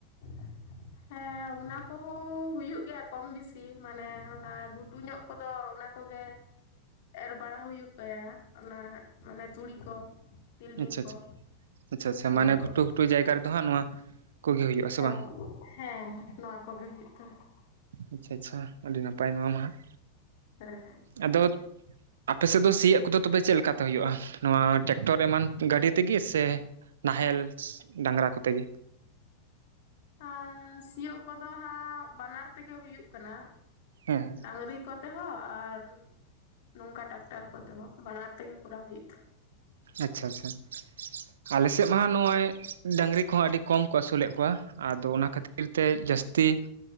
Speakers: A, on the left; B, on the right.
A: <inaudible> ᱦᱮᱸ ᱚᱱᱟ ᱠᱚᱦᱚᱸ ᱦᱩᱭᱩᱜ ᱜᱮᱭᱟ ᱠᱚᱢ ᱵᱮᱥᱤ ᱢᱟᱱᱮ ᱚᱱᱟ ᱜᱷᱩᱴᱩ ᱧᱚᱜ ᱠᱚᱫᱚ ᱚᱱᱟ ᱚᱱᱟ ᱠᱚᱜᱮ ᱮᱨ ᱵᱟᱲᱟ ᱦᱩᱭᱩᱜ ᱛᱟᱭᱟ ᱚᱱᱟ ᱢᱟᱱᱮ ᱛᱩᱲᱤ ᱠᱚ ᱛᱤᱞᱢᱤᱧ
B: ᱟᱪᱪᱷᱟ ᱟᱪᱪᱷᱟ
A: ᱠᱚ
B: ᱟᱪᱪᱷᱟ ᱟᱪᱪᱷᱟ
A: ᱚᱱᱟ
B: ᱢᱟᱱᱮ
A: ᱠᱚ
B: ᱜᱷᱩᱴᱩ ᱜᱷᱩᱴᱩ ᱡᱟᱭᱜᱟ ᱨᱮᱫᱚ ᱦᱟᱸᱜ ᱱᱚᱣᱟ ᱠᱚᱜᱮ ᱦᱩᱭᱩᱜᱼᱟ ᱥᱮ
A: ᱦᱮᱸ
B: ᱵᱟᱝ
A: ᱦᱮᱸ ᱱᱚᱣᱟ ᱠᱚᱜᱮ ᱦᱩᱭᱩᱜ <unintelligible>
B: ᱟᱪᱪᱷᱟ ᱟᱪᱪᱷᱟ ᱟᱹᱰᱤ ᱱᱟᱯᱟᱭ ᱱᱚᱣᱟ ᱢᱟ ᱦᱟᱸᱜ
A: ᱦᱮᱸ
B: ᱟᱫᱚ ᱟᱯᱮ ᱥᱮᱫ ᱫᱚ ᱥᱤᱭᱟᱹᱜ ᱠᱚᱫᱚ ᱛᱚᱵᱮ ᱪᱮᱫ ᱞᱮᱠᱟ ᱠᱟᱛᱮ ᱦᱩᱭᱩᱜᱼᱟ ᱱᱚᱣᱟ ᱴᱨᱟᱠᱴᱚᱨ ᱮᱢᱟᱱ ᱜᱟᱹᱰᱤ ᱛᱮᱜᱮ ᱥᱮ ᱱᱟᱦᱮᱞ ᱰᱟᱝᱨᱟ ᱠᱚᱛᱮ ᱜᱮ
A: ᱟᱨ ᱥᱤᱭᱳᱜ ᱠᱚᱫᱚ ᱦᱟᱸᱜ ᱵᱟᱱᱟᱨ ᱛᱮᱜᱮ ᱦᱩᱭᱩᱜ ᱠᱟᱱᱟ
B: ᱦᱮᱸ
A: ᱰᱟᱝᱨᱤ ᱠᱚ ᱛᱮᱦᱚᱸ ᱟᱨ ᱱᱚᱝᱠᱟ ᱴᱟᱠᱴᱟᱨ ᱠᱚᱛᱮ ᱦᱚᱸ ᱵᱟᱱᱟᱨ ᱛᱮᱜᱮ ᱠᱚᱨᱟᱣ ᱦᱩᱭᱩᱜ ᱛᱟᱦᱮᱸᱫ
B: ᱟᱪᱪᱷᱟ ᱟᱪᱪᱷᱟ ᱟᱞᱮ ᱥᱮᱫ ᱢᱟ ᱱᱚᱜᱼᱚᱭ ᱰᱟᱝᱨᱤ ᱠᱚᱦᱚᱸ ᱟᱹᱰᱤ ᱠᱚᱢ ᱠᱚ ᱟᱹᱥᱩᱞᱮᱫ ᱠᱚᱣᱟ ᱟᱫᱚ ᱚᱱᱟ ᱠᱷᱟᱹᱛᱤᱨ ᱛᱮ ᱡᱟᱹᱥᱛᱤ